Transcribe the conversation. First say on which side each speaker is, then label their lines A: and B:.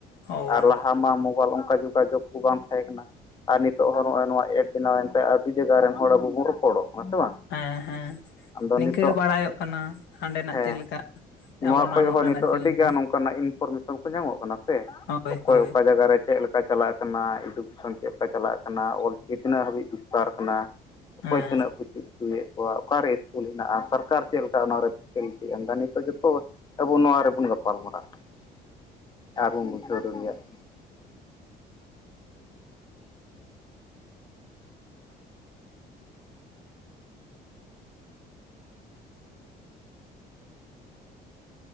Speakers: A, on the left (about 75°); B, on the left (about 25°).
A: ᱦᱳᱭ
B: ᱟᱨ ᱞᱟᱦᱟ ᱢᱟ ᱢᱳᱵᱟᱭᱤᱞ ᱚᱱᱠᱟ ᱡᱳᱜᱟᱡᱳᱜᱽ ᱠᱚ ᱵᱟᱝ ᱛᱟᱦᱮᱸ ᱠᱟᱱᱟ ᱟᱨ ᱱᱤᱛᱚᱜ ᱦᱚᱸ ᱱᱚᱜᱼᱚᱭ ᱱᱚᱣᱟ ᱼᱼ ᱵᱮᱱᱟᱣ ᱮᱱᱛᱮ ᱟᱹᱰᱤ ᱡᱟᱭᱜᱟ ᱨᱮᱱ ᱦᱚᱲ ᱟᱵᱚ ᱵᱚᱱ ᱨᱚᱯᱚᱲᱚᱜ ᱠᱟᱱᱟ ᱥᱮ ᱵᱟᱝ?
A: ᱦᱮᱸ ᱦᱮᱸ
B: ᱟᱫᱚ
A: ᱱᱤᱝᱠᱟᱹ
B: ᱱᱤᱛᱚᱜ
A: ᱜᱮ ᱵᱟᱲᱟᱭᱚᱜ ᱠᱟᱱᱟ, ᱦᱟᱸᱰᱮᱱᱟᱜ
B: ᱦᱮᱸ
A: ᱪᱮᱫᱮ ᱞᱮᱠᱟ?
B: ᱱᱚᱣᱟ
A: ᱟᱵᱚᱱᱟᱜ
B: ᱠᱷᱚᱡ
A: ᱱᱚᱰᱮᱱᱟᱜ
B: ᱦᱚᱸ ᱱᱤᱛᱚᱜ
A: ᱪᱮᱫ
B: ᱟᱹᱰᱤᱜᱟᱱ
A: ᱞᱮᱠᱟ
B: ᱚᱱᱠᱟᱱᱟᱜ ᱤᱱᱯᱷᱚᱨᱢᱮᱥᱚᱱ ᱠᱚ ᱧᱟᱢᱚᱜ ᱠᱟᱱᱟ ᱥᱮ
A: ᱦᱳᱭ
B: ᱚᱠᱚᱭ
A: ᱦᱳᱭ
B: ᱚᱠᱟ ᱡᱟᱭᱜᱟ ᱨᱮ ᱪᱮᱫ ᱞᱮᱠᱟᱼᱼ ᱪᱟᱞᱟᱜ ᱠᱟᱱᱟ ᱮᱰᱩᱠᱮᱥᱚᱱ ᱪᱮᱫ ᱞᱮᱠᱟ ᱪᱟᱞᱟᱜ ᱠᱟᱱᱟ ᱚᱞ ᱪᱤᱠᱤ ᱛᱤᱱᱟᱹᱜ ᱦᱟᱹᱵᱤᱡ ᱵᱤᱥᱛᱟᱨ ᱠᱟᱱᱟᱼᱼ ᱚᱠᱚᱭ
A: ᱦᱮᱸ
B: ᱛᱤᱱᱟᱹᱜ ᱠᱚ ᱪᱮᱫᱼᱼ ᱦᱚᱪᱚᱭᱮᱫ ᱠᱚᱣᱟ ᱚᱠᱟᱨᱮ ᱤᱥᱠᱩᱞ ᱦᱮᱱᱟᱜᱼᱟ ᱥᱚᱨᱠᱟᱨ ᱪᱮᱫ ᱞᱮᱠᱟ ᱚᱱᱟᱨᱮ ᱯᱷᱮᱥᱮᱞᱤᱴᱤ ᱮᱢ ᱮᱫᱟ ᱱᱤᱛᱚᱜ ᱡᱚᱛᱚᱼᱼ ᱟᱵᱚ ᱱᱚᱣᱟ ᱨᱮᱵᱚᱱ ᱜᱟᱯᱟᱞ ᱢᱟᱨᱟᱜ ᱠᱟᱱᱟ ᱟᱨ ᱵᱚᱱ ᱵᱩᱡᱷᱟᱹᱣ ᱫᱟᱲᱮᱭᱟᱜ ᱠᱟᱱᱟ ᱾
A: <inaudible> <inaudible>